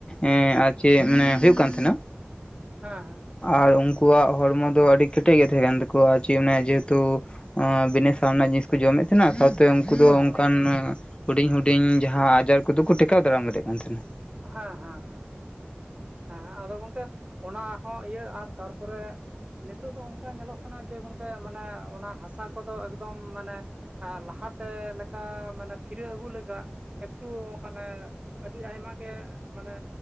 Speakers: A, on the left (about 25°); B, on the right (about 30°).
A: ᱮᱸ ᱟᱨ ᱪᱮᱫ ᱢᱟᱱᱮ ᱦᱩᱭᱩᱜ ᱠᱟᱱ ᱛᱟᱦᱮᱸᱱᱟ᱾
B: ᱦᱟᱸ᱾
A: ᱟᱨ ᱩᱱᱠᱩᱣᱟᱜ ᱦᱚᱲᱢᱚ ᱫᱚ ᱟᱹᱰᱤ ᱠᱮᱴᱮᱡ ᱜᱮ ᱛᱟᱦᱮᱸ ᱠᱟᱱ ᱛᱠᱩᱣᱟ ᱟᱨ ᱪᱮᱫ ᱚᱱᱟ ᱡᱮᱦᱮᱛᱩ ᱵᱤᱱᱟ ᱥᱟᱨ ᱨᱮᱱᱟᱜ ᱡᱤᱱᱤᱥ ᱠᱚ ᱡᱚᱢᱮᱫ ᱛᱟᱦᱮᱸᱱᱟ ᱥᱟᱶᱛᱮ ᱩᱱᱠᱩ ᱫᱚ
B: ᱦᱳᱭ
A: ᱚᱱᱠᱟᱱᱟ
B: ᱦᱳᱭ ᱦᱳᱭ ᱦᱮᱸ
A: ᱦᱩᱰᱤᱧ ᱦᱩᱰᱤᱧ ᱡᱟᱦᱟᱸ ᱟᱡᱟᱨ ᱠᱚᱫᱚ ᱠᱚ ᱴᱮᱠᱟᱣ ᱫᱟᱨᱟᱢ ᱫᱟᱲᱮᱭᱟᱜ ᱠᱟᱱ ᱛᱟᱦᱮᱸᱱᱟ ᱾
B: ᱦᱮᱸ ᱦᱮᱸ ᱦᱮᱸ ᱦᱮᱸ ᱟᱫᱚ ᱜᱚᱝᱠᱮ ᱚᱱᱟ ᱦᱚᱸ ᱤᱭᱟᱹ ᱟᱨ ᱛᱟᱨᱯᱚᱨᱮ ᱱᱤᱛᱳ ᱫᱚ ᱚᱝᱠᱟ ᱧᱮᱞᱚᱜ ᱠᱟᱱᱟ ᱡᱮ ᱜᱚᱝᱠᱮ ᱢᱟᱱᱮ ᱚᱱᱟ ᱦᱟᱥᱟ ᱠᱚᱫᱚ ᱮᱠᱫᱚᱢ ᱢᱟᱱᱮ ᱟ ᱞᱟᱦᱟᱛᱮ ᱞᱮᱠᱟ ᱢᱟᱱᱮ ᱯᱷᱤᱨᱟᱹ ᱟᱹᱜᱩ ᱞᱟᱜᱟᱜ ᱮᱠᱴᱩ ᱢᱟᱱᱮ ᱟᱹᱰᱤ ᱟᱭᱢᱟ ᱜᱮ ᱢᱟᱱᱮ